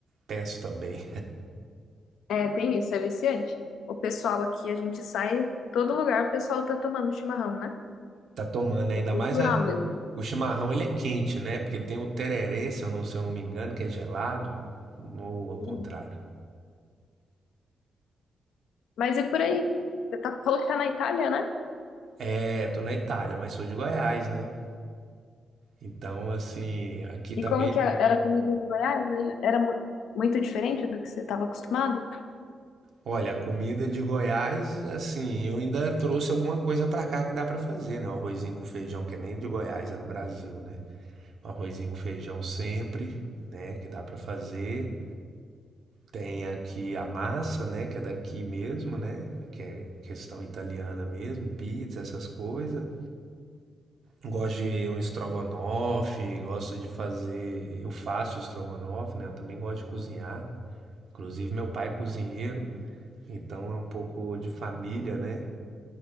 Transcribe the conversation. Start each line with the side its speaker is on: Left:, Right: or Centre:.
Right: peço também.
Left: É, tem isso, é viciante. O pessoal aqui, a gente sai, todo lugar o pessoal tá tomando chimarrão, né?
Right: Tá tomando né? ainda
Left: É cultural
Right: mais a-
Left: mesmo.
Right: o chimarrão, ele é quente, né? Porque tem o tererê, se eu não, se eu não me engano, que é gelado, ou ao contrário.
Left: Isso. Mas e por aí? Você tá, falou que tá na Itália, né?
Right: É, tô na Itália, mas sou de Goiás, né? Então, assim, aqui
Left: E
Right: também,
Left: como que era a comida em Goiás, né? Era mu- muito diferente do que você estava acostumado?
Right: olha, a comida de Goiás, assim, eu ainda trouxe alguma coisa pra cá que dá pra fazer, né? Um arrozinho com feijão, que é nem de Goiás, é do Brasil, né? Um arrozinho com feijão sempre, né, que dá pra fazer. Tem aqui a massa, né, que é daqui mesmo, né, que é questão italiana mesmo, pizza, essas coisas. Gosto de um estrogonofe, gosto de fazer, eu faço estrogonofe, né, eu também gosto de cozinhar. Inclusive meu pai é cozinheiro, então é um pouco de família, né?